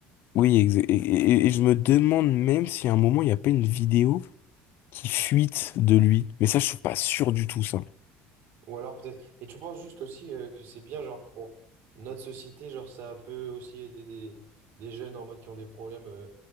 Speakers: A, on the left; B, on the right.
A: Oui, exa- et, et- et je me demande même si à un moment, il n'y a pas une vidéo qui fuite de lui. Mais ça, je suis pas sûr du tout, ça.
B: Ou alors peut-être. Et tu penses juste aussi euh, que c'est bien, genre, pour notre société, genre, ça peut aussi aider des, des jeunes en mode qui ont des problèmes euh,